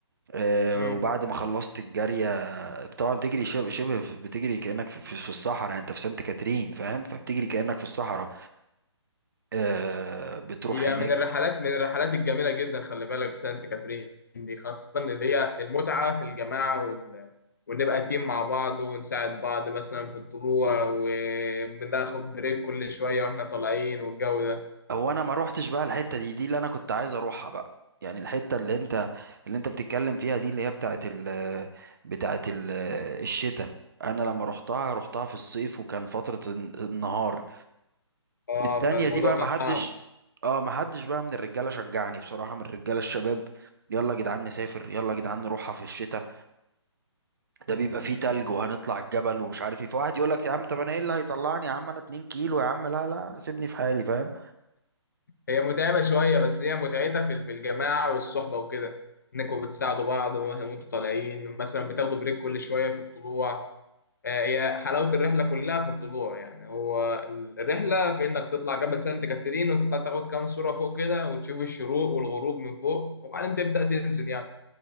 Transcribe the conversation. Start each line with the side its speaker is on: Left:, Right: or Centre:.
Right: آه،
Left: امم
Right: وبعد ما خلصت الجارية طبعا بتجري شب- شبه في- بتجري كأنك في في- في الصحراء يعني انت في سانت كاترين فاهم فبتجري كأنك في الصحراء آه، بتروح
Left: هي
Right: هناك
Left: من الرحلات من الرحلات الجميله جدا خلي بالك سانت كاترين دي خاصه اللي هي المتعه في الجماعه وال... ونبقى تيم مع بعض ونساعد بعض مثلا في الطلوع وبناخد بريك كل شويه واحنا طالعين والجو ده
Right: هو انا ما روحتش بقى الحتة دي دي اللي انا كنت عايز اروحها بقى يعني الحتة اللي انت اللي انت بتتكلم فيها دي اللي هي بتاعت ال بتاعت ال الشتاء انا لما روحتها روحتها في الصيف وكان فترة الن- النهار
Left: اه
Right: التانية
Left: فالموضوع
Right: دي بقى محدش
Left: كان صعب
Right: اه محدش بقى من الرجالة شجعني بصراحة من الرجالة الشباب يلا يا جدعان نسافر يلا يا جدعان نروحها في الشتاء ده بيبقى فيه تلج وهنطلع الجبل ومش عارف ايه فواحد يقول لك يا عم طب انا ايه اللي هيطلعني يا عم انا 2 كيلو يا عم لا لا سيبني في حالي فاهم
Left: هي متعبة شوية بس هي متعتها في في الجماعة والصحبة وكده إنكم بتساعدوا بعض وه- وأنتوا طالعين مثلا بتاخدوا بريك كل شوية في الطلوع آه، هي حلاوة الرحلة كلها في الطلوع يعني هو الرحلة في إنك تطلع جبل سانت كاترين وتطلع تاخد كام صورة فوق كده وتشوف الشروق والغروب من فوق وبعدين تبدأ تنزل يعني